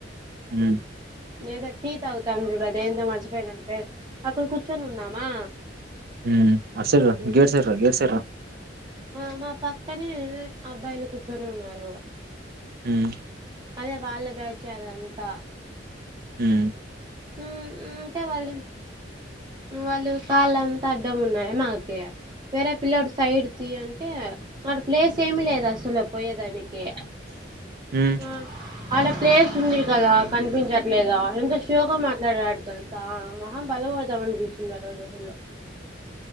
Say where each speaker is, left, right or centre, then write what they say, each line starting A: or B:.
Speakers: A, on the right; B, on the right.
A: ఉమ్
B: ఏదో టీ తాగుతాం అండి అదేందో మర్చిపోయనంటే అక్కడ కూర్చొని ఉన్నామా
A: ఉమ్ అటు సైడ్ రా గేట్ సైడ్ రా గేట్ సైడ్ రా
B: ఆ మా పక్కనే అబ్బాయిలు కూర్చొని ఉన్నారు.
A: హ్ మ్
B: అదే వాళ్ల బ్యాచే అదంతా
A: హ్మ్
B: మ్మ్ అంటే వాళ్ళది వాళ్ళు కాళ్ళంతా అడ్డం ఉన్నా మాకే వేరే పిల్లోడు సైడ్ తీ అంటే వాడి ప్లేస్ ఏమి లేదు అసలు పోయేదానికి
A: ఉమ్
B: ఆ అలా ప్లేస్ ఉంది కదా కనిపించ లేదా అందే గా మాట్లాడాడు ఆడితోని తెలుసా మొహం పల కొడదాం అనిపించింది ఆరోజసలు